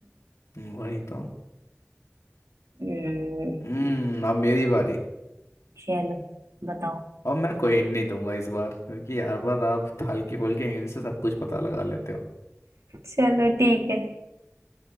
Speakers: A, on the left; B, on the right.
A: हम्म, वही तो
B: हम्म
A: हम्म अब मेरी बारी
B: चलो बताओ
A: अब मैं कोई हिंट नहीं दूंगा इस बार क्योंकि हर बार आप हल्के फुल्के हिंट से सब कुछ पता लगा लेते हो
B: चलो ठीक है